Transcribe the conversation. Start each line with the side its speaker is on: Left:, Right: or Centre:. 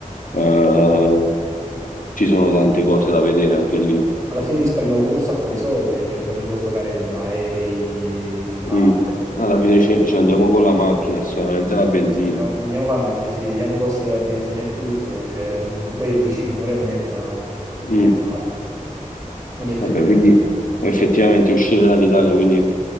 Left: Eh, ci sono tante cose da vedere anche lì.
Right: Alla fine risparmiavo pure un sacco di soldi perché non dovevo pagare aerei, case.
Left: Mm. Alla fine ci, ci andiamo con la macchina, sicuramente la benzina.
Right: No, Andiamo con la macchina, ci dividiamo i costi della benzina e tutto. Cioè, un- poi è vicino, un'ora e mezza siamo
Left: Mm.
Right: arrivati. Quindi effettivamente.
Left: Vabbè, quindi effettivamente uscire dall'Italia quindi